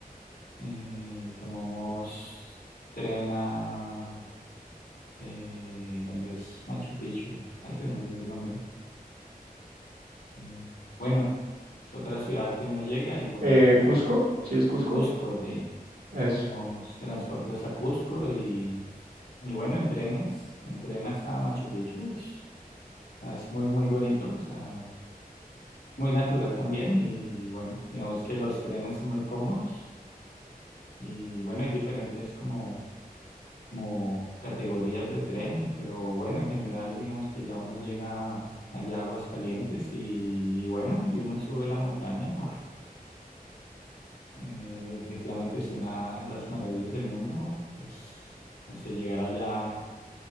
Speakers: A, on the left; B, on the right.
A: eh, tomamos tren a... eh, donde es Machu Picchu. Ay, se me olvidó el nombre. Eh, bueno, es otra ciudad que uno llega y bueno,
B: Eh,
A: uno...
B: ¿Cusco? ¿Sí es Cusco?
A: Cusco, sí.
B: Eso.
A: Nos transporte hasta Cusco y, y bueno, en trenes, en tren hasta Machu Picchu. Ush, o sea, es muy, muy bonito, o sea, muy natural también y bueno, digamos que los trenes son muy cómodos y bueno, hay diferentes como, como categorías de tren, y- pero bueno, en general digamos que ya uno llega allá a Aguascalientes y, bueno, y uno sube la montaña, Eh, definitivamente sí, una de las maravillas del mundo, pues, no sé, llegar allá